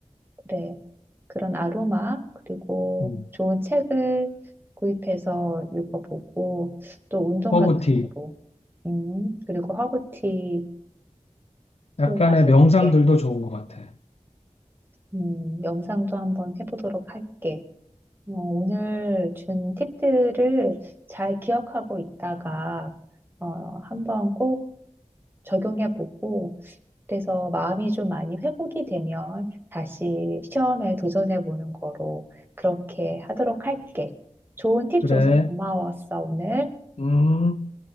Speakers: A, on the right (about 15°); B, on the left (about 60°).
A: 그래. 그런 아로마, 그리고
B: 음.
A: 좋은 책을 구입해서 읽어보고, 또 운동
B: 허브티.
A: 같은 거로, 음, 그리고 허브티
B: 약간의
A: 또 마셔볼게.
B: 명상들도 좋은 것 같아.
A: 음, 영상도 한번 해보도록 할게. 어, 오늘 준 팁들을 잘 기억하고 있다가, 어, 한번 꼭 적용해보고 그래서 마음이 좀 많이 회복이 되면 다시 시험에 도전해보는 거로 그렇게 하도록 할게. 좋은 팁
B: 그래.
A: 줘서 고마웠어, 오늘.
B: 음.